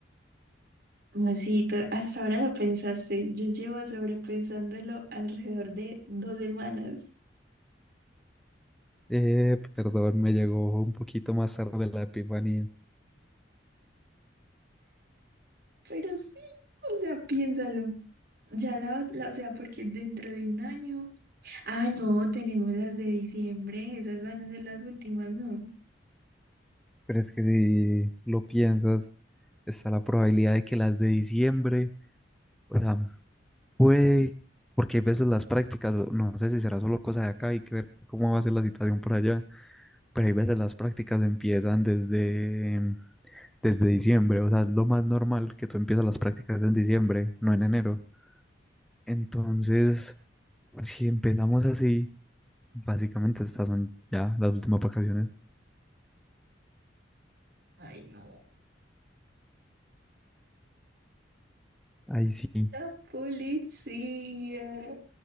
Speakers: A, on the right; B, in the centre.
A: masito. Hasta ahora lo pensaste. Yo llevo sobrepensándolo alrededor de dos semanas.
B: Eh, perdón, me llegó un poquito más tarde la epifanía,
A: Pero sí, o sea, piénsalo. Ya la, la- o sea, porque dentro de un año. Ah, no, tenemos las de diciembre. Esas van a ser las últimas, ¿no?
B: pero es que si lo piensas, está la probabilidad de que las de diciembre, o sea, puede, porque hay veces las prácticas, o no sé si será solo cosa de acá, hay que ver cómo va a ser la situación por allá, pero hay veces las prácticas empiezan desde desde diciembre, o sea, es lo más normal que tú empiezas las prácticas en diciembre, no en enero. Entonces, si empezamos así, básicamente estas son ya las últimas vacaciones.
A: Ay, no.
B: Ahí sí.
A: La policía.